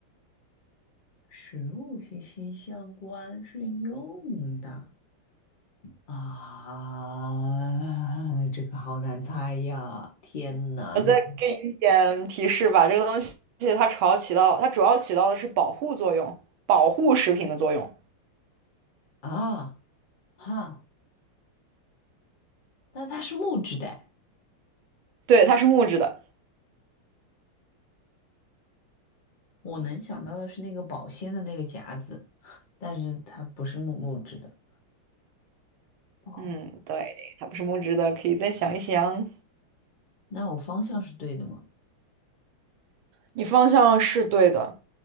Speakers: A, on the left; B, on the right.
A: 食物息息相关，是用的。啊，这个好难猜呀！天哪，
B: 我再给你一点提示吧，
A: 你
B: 这个东西它主要起到，它主要起到的是保护作用，保护食品的作用。
A: 啊哈，那它是木质的，
B: 对，它是木质的。
A: 我能想到的是那个保鲜的那个夹子，但是它不是木木质的。哦，
B: 嗯，对，它不是木质的，可以再想一想。
A: 那我方向是对的吗？
B: 你方向是对的，